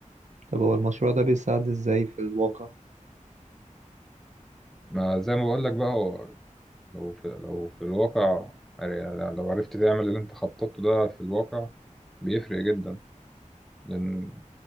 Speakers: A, on the right; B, in the centre.
A: طب هو المشروع ده بيساعد ازاي في الواقع؟
B: ما زي ما بقولك بقى هو لو في... لو في الواقع يعني لو عرفت تعمل اللي انت خططته ده في الواقع بيفرق جدا لأن